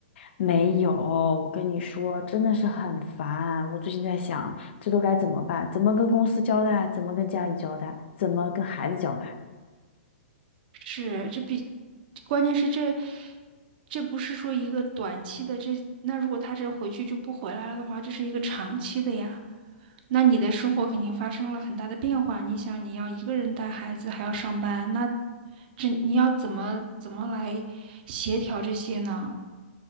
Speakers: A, on the left; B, on the right.
A: 没有，我跟你说，真的是很烦。我最近在想，这都该怎么办？怎么跟公司交代？怎么跟家里交代？怎么跟孩子交代？
B: 是，这比关键是这这不是说一个短期的这，那如果他这回去就不回来了的话，这是一个长期的呀。那你的生活肯定发生了很大的变化。你想，你要一个人带孩子，还要上班，那这你要怎么怎么来协调这些呢？